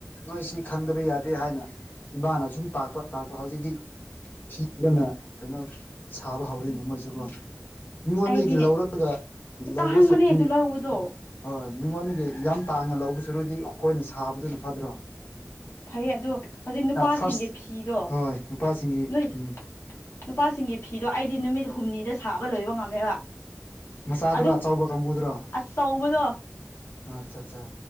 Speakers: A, on the left; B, on the left.
A: ꯅꯣꯏꯁꯤ ꯈꯪꯗꯕ ꯌꯥꯗꯦ ꯍꯥꯏꯅ ꯏꯃꯥꯅ ꯁꯨꯝ ꯇꯥꯛꯄ ꯇꯥꯛꯄ ꯍꯧꯖꯤꯛꯇꯤ ꯐꯤꯒꯅ ꯀꯩꯅꯣ ꯁꯥꯕ ꯍꯧꯔꯤꯅꯦ ꯃꯣꯏꯁꯨꯀꯣ ꯃꯤꯉꯣꯟꯗꯒꯤ
B: ꯑꯩꯗꯤ
A: ꯂꯧꯔꯒ ꯂꯧꯕ
B: ꯇꯥꯡꯕꯅꯦ
A: ꯁꯛꯕꯅꯤ
B: ꯑꯗꯨ ꯂꯧꯕꯗꯣ
A: ꯍꯣꯏ ꯍꯣꯏ ꯃꯤꯉꯣꯟꯗꯒꯤ ꯌꯥꯝ ꯇꯥꯡꯅ ꯂꯧꯕ ꯁꯔꯨꯛꯗꯤ ꯈꯣꯏꯅ ꯁꯥꯕꯗꯨꯅ ꯐꯠꯗ꯭ꯔꯣ
B: ꯐꯩꯌꯦ ꯑꯗꯣ ꯍꯧꯖꯤꯛ ꯅꯨꯄꯥꯁꯤꯡꯒꯤ
A: ꯐꯥꯔꯁ
B: ꯐꯤꯗꯣ
A: ꯍꯣꯏ ꯅꯨꯄꯥꯁꯤꯡꯒꯤ
B: ꯅꯣꯏ
A: ꯎꯝ
B: ꯅꯨꯄꯥꯁꯤꯡꯒꯤ ꯐꯤꯗꯣ ꯑꯩꯗꯤ ꯅꯨꯃꯤꯠ ꯍꯨꯝꯅꯤꯗ ꯁꯥꯕ ꯂꯣꯏꯕ ꯉꯝꯃꯦꯕ
A: ꯃꯆꯥꯗꯨꯔꯥ
B: ꯑꯗꯨꯝ
A: ꯑꯆꯧꯕ ꯀꯥꯡꯕꯨꯗꯨꯔꯥ
B: ꯑꯆꯧꯕꯗꯣ
A: ꯑꯠꯆꯥ ꯑꯠꯆꯥ